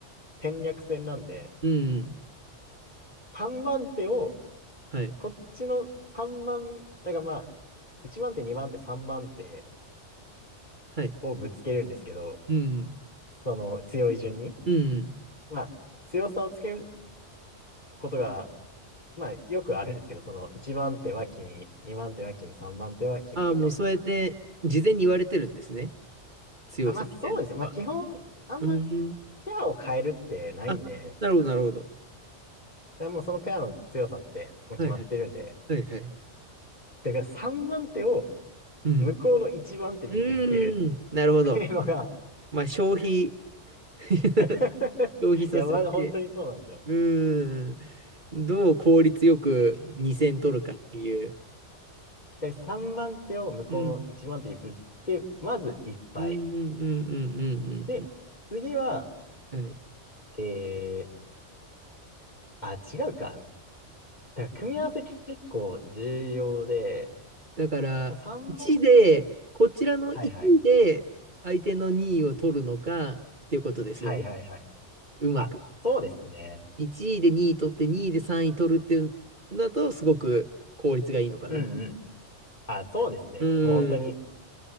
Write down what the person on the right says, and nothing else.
うん。
はい。
はい。
うん。
うん。
ああ、もうそうやって事前に言われてるんですね。強さみたいなのは。
うーん。
あ、なるほど、なるほど。
はいはい。はいはい。
うん。
うーん。なるほど。
まあ、消費 <laughs>
消費させて。
うーん。どう効率よく2戦取るかっていう。
うん。
うんうんうんうんうんうんう
ん。はい。
だから、
1で、こちらの1で相手の2位を取るのかっていうことですよね。
うまく。
1位で2位取って2位で3位取るっていうんだとすごく効率がいいのかな。
うん。